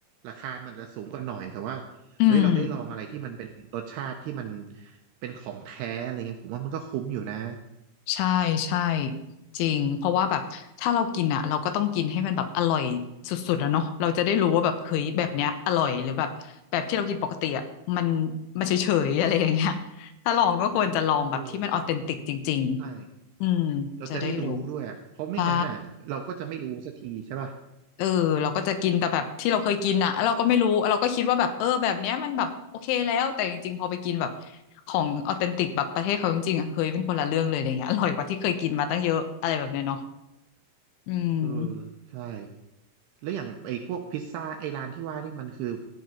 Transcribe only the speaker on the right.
ราคามันจะสูงกว่าหน่อยแต่ว่า
เฮ้ยเราได้ลองอะไรที่มันเป็นรสชาติที่มันเป็นของแท้อะไรเงี้ยผมว่ามันก็คุ้มอยู่นะ
เออใช่เราจะได้รู้ด้วยอะเพราะไม่งั้นอ่ะเราก็จะไม่รู้สักทีใช่ป่ะ
เออใช่แล้วอย่างไอ้พวกพิซซ่าไอ้ร้านที่ว่านี่มันคือ